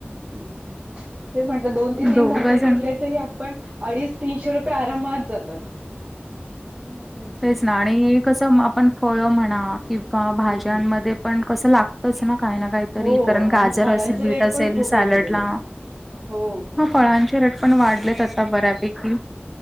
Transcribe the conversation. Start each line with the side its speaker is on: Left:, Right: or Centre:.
Right: तेच म्हटलं, दोन ते तीन
Centre: दोघं
Right: भाज्या घेतल्या
Centre: जण
Right: तरी पण अडीच, तीनशे रुपये आरामात जातात. महागायचे
Centre: तेच ना आणि कसं आपण फळं म्हणा किंवा भाज्यांमध्ये
Right: हम्म
Centre: पण कसं लागतच ना, काही ना काही तरी
Right: हो
Centre: कारण
Right: आणि
Centre: गाजर
Right: फळांचे
Centre: असेल, बीट
Right: रेट
Centre: असेल,
Right: पण खूप
Centre: सॅलेडला.
Right: हे झालेले आहेत. हो
Centre: फळांचे रेट पण वाढलेत, आता बऱ्यापैकी.